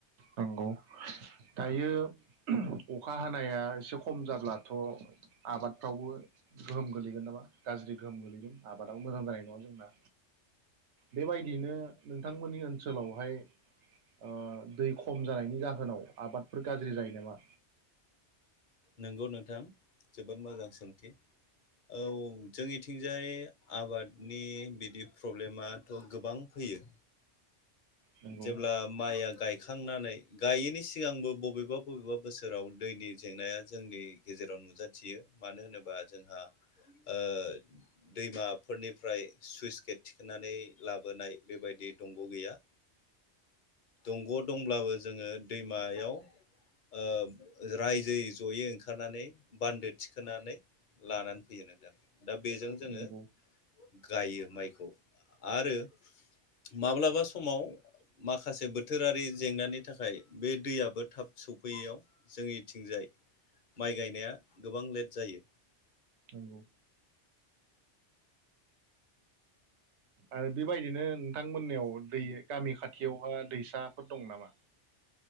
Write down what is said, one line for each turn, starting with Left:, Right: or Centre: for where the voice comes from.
Right: नंगौ दायो अखा हानाया एसे खम जाब्लाथ' आबादफ्रावबो गोहोम गोलैगोन नामा गाज्रि गोहोम गोलैगोन आबादाबो मोजां जानाय नङा जोंना। बेबायदिनो नोंथांमोननि ओनसोलावहाय ओ दै खम जानायनि जाहोनाव आबादफोर गाज्रि जायो नामा?
Left: नंगौ नोंथां जोबोद मोजां सोंथि औ जोंनिथिंजाय आबादनि बिदि प्रब्लेमाथ' गोबां फैयो।
Right: नंगौ
Left: जेब्ला माइया गाय खांनानै गायैनि सिगांबो बबेबा बबेबा बोसोराव दैनि जेंनाया जोंनि गेजेराव नुजाथियो मानो होनोबा जोंहा ओ दैमाफोरनिफ्राय सुइस गेट थिखांनानै लाबोनाय बेबायदि दंग' गैया। दंग' दंब्लाबो जोङो दैमायाव ओ रायजोयै जयै ओंखारनानै बान्दो थिखोनानै लानानै फैयो नोंथां दा बेजों जोङो
Right: नंगौ
Left: गायो माइखौ आरो माब्लाबा समाव माखासे बो थोरारि जेंनानि थाखाय बे दैयाबो थाब सौफैयैयाव जोंनिथिंजाय माइ गायनाया गोबां लेट जायो।
Right: नंगौ आरो बेबायदिनो नोंथांमोननियाव दै गामि खाथियावहा दैसाफोर दं नामा?